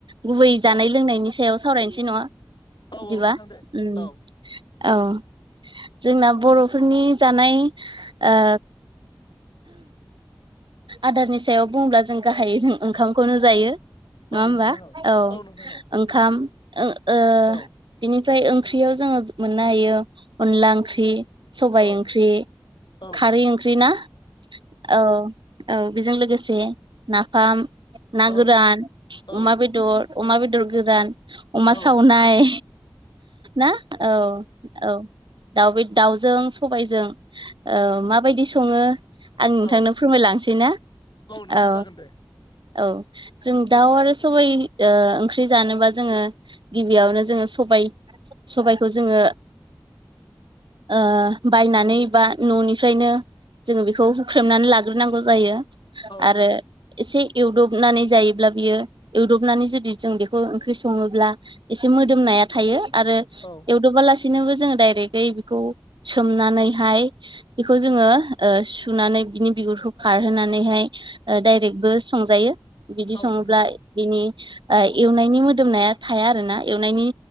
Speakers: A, on the right; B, on the left.
A: गुबै जानाय
B: औ
A: लोंनायनि सायाव सावरायनोसै नङा
B: औ
A: बिदिबा
B: नोंथां दे
A: उम
B: औ
A: औ जोंना बर'फोरनि जानाय ओ आदारनि सायाव बुङोब्ला जों गाहायै जों ओंखामखौनो जायो। नङा
B: औ
A: होमबा
B: नोंथां
A: औ
B: नोंथां औ
A: ओंखाम ओं ओ
B: औ
A: बिनिफ्राय ओंख्रियाव जोङो मोननो हायो अनला ओंख्रि। सबायाइ
B: औ
A: ओंख्रि
B: औ
A: खारै ओंख्रि ना? औ औ बेजों लोगोसे नाफाम ना
B: औ
A: गोरान
B: औ
A: अमा बेदर अमा बेदर गोरान। अमा
B: औ
A: सावनाय ना औ औ दाउ बे दाउजों सबायजों ओ माबायदि सङो? आं नोंथांनो
B: औ
A: फोरमायलांसै ना
B: नोंथां
A: औ
B: जागोन दे
A: औ जों दाउ आरो सबाय ओंख्रि जानोबा जोङो गिबियावनो जोङो सबाय सबायखौ जोङो ओ बायनानै बा न'निफ्रायनो जोङो बेखौ हुख्रेमनानै लाग्रोनांगौ जायो
B: औ
A: आरो एसे एवदबनानै जायोब्ला बियो एवदबनानै जुदि जों बेखौ ओंख्रि सङोब्ला एसे मोदोमनाया थायो आरो
B: औ
A: गु्रुबा लासिनोबो जोङो डायरेक्टै बेखौ सोमनानैहाय बेखौ जोङो ओ सुनानै बिनि बिगुरखौ खारहोनानैहाय ओ डाइरेक्टबो संजायो। बिदि
B: औ
A: सङोब्ला
B: नोंथां औ
A: बिनि ओ एवनायनि मोदोमनाया थाया आरोना एवनायनि